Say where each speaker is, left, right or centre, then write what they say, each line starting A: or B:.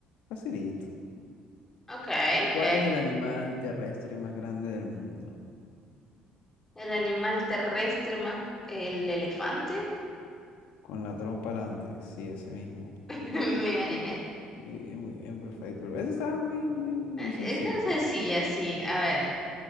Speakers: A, on the left; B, on the left.
A: facilito.
B: Ok, ok.
A: ¿Cuál es el animal terrestre más grande del mundo?
B: El animal terrestre más el elefante,
A: Con la trompa alante, sí, ese mismo.
B: <laughs> me imaginé.
A: Muy bien, muy bien, perfecto. Esa estaba muy, muy, muy
B: Eh,
A: sencilla.
B: Es tan sencilla, sí. A ver.